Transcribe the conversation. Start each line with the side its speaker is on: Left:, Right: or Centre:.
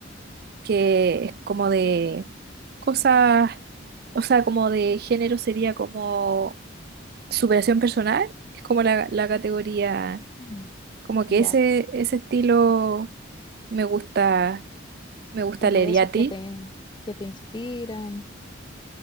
Right: que es como de cosas, o sea, como de género sería como superación personal. Es como la, la categoría,
Left: Mm,
Right: como que
Left: ya,
Right: ese, ese estilo me gusta, me gusta
Left: como
Right: leer.
Left: de
Right: ¿Y
Left: esos
Right: a ti?
Left: que te, que te inspiran.